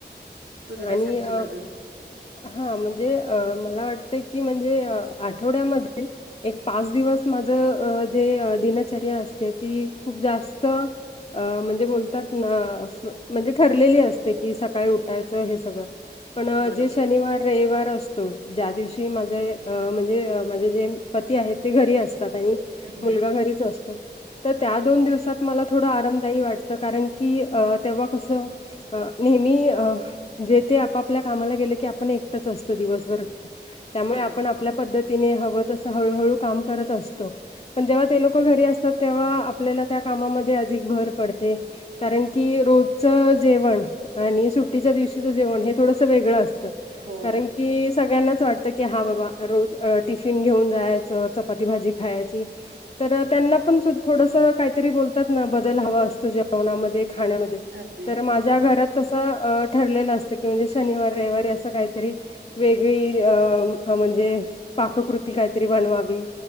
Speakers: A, on the right; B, on the left.
A: तुझं
B: आणि
A: काय सांगशील
B: अ,
A: अजून?
B: हा म्हणजे अ.. मला वाटतंय की, म्हणजे आठवड्यामध्ये. एक पाच दिवस माझ अ जे अ दिनचर्या असते ती खूप जास्त अ म्हणजे बोलतात ना म्हणजे ठरलेली असते की स काय उठायचं हे सगळच पण
A: बरोबर.
B: जे शनिवार रविवार असतो ज्या दिवशी माझे अ म्हणजे अ माझे जे पती आहेत ते घरी असतात आणि
A: हं,
B: मुलगा
A: हं.
B: घरीच अस तर त्या दोन दिवसात मला थोडं आरामदायी वाटतं कारण की अ तेव्हा कसं हा नेहमी अ जे ते आप आपल्या कामाला गेले की आपण एकटच असतो दिवसभर त्यामुळे
A: बरोबर.
B: आपण आपल्या पद्धतीने हवं तसं हळूहळू काम करत असतो. पण जेव्हा ते ललोकं घरी असतात तेव्हा आपल्याला त्या कामामध्ये अधिक भर पडते. कारण की रोजचा जेवण आणि सुट्टीच्या दिवशी तर जेवण हे थोडसं वेळं असतं
A: हो.
B: कारण की सगळ्यांना वाट त की हा बाबा रोज टिफिन घेऊन जायचं चपाती भाजी खायची. तर त्यांना पण थोडसा काहीतरी बोलतात ना बदल हवा असतो जेवणामध्ये खण्यामध्ये
A: अगदी.
B: तर माझ्या
A: हं.
B: घरात तसं तर अ ठरलेलं असतं की म्हणजे शनिवार रविवारी असं काहीतरी वेगळी अ म्हणजे पाककृती काहीतरी बनवावी.